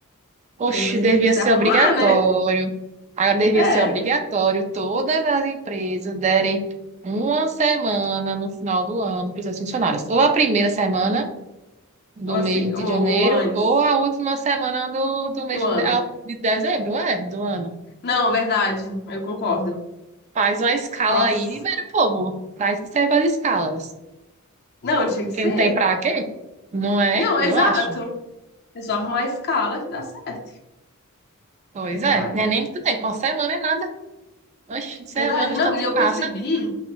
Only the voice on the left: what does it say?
Que aí você
tem que se
arrumar,
né?
É.
Ou, assim,
ou,
ou antes
do ano.
Não, verdade. Eu concordo.
Nossa.
Não, tinha que
ser.
Não,
exato.
É só arrumar a escala que dá certo.
Verdade.
Verdade. Não,
e
eu
percebi